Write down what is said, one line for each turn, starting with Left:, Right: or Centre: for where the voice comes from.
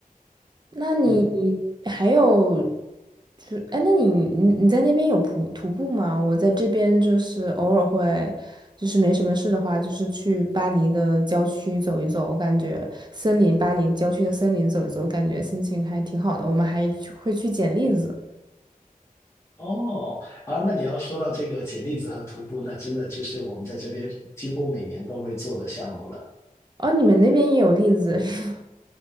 Right: 那你
Left: 嗯，
Right: 还有，就哎，那你你你在那边有徒徒步吗？我在这边就是偶尔会，就是没什么事的话，就是去巴黎的郊区走一走，我感觉森林，巴黎郊区的森林走一走，感觉心情还挺好的。我们还去会去捡栗子，
Left: 哦，啊，那你要说到这个捡栗子和徒步，那真的就是我们在这边几乎每年都会做的项目了。
Right: 哦，你们那边也有栗子是吗？